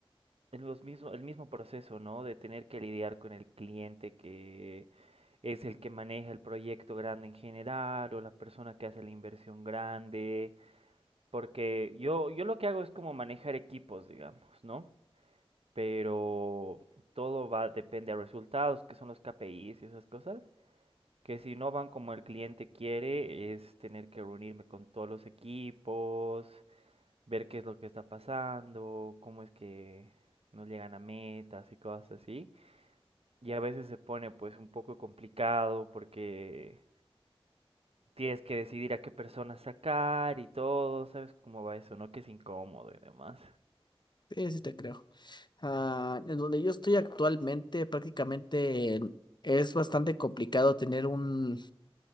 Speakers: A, on the right; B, on the left.
A: el, los mismo, el mismo proceso, ¿no? De tener que lidiar con el cliente que es el que maneja el proyecto grande en general o la persona que hace la inversión grande, porque yo, yo lo que hago es como manejar equipos, digamos, ¿no? Pero todo va, depende a resultados, que son los KPIs y esas cosas. que si no van como el cliente quiere, es tener que reunirme con todos los equipos, ver qué es lo que está pasando, cómo es que no llegan a metas y cosas así. Y a veces se pone pues un poco complicado porque tienes que decidir a qué personas sacar y todo, ¿sabes cómo va eso, no? Que es incómodo y demás.
B: Sí, sí te creo. Ah, en donde yo estoy actualmente, prácticamente es bastante complicado tener un,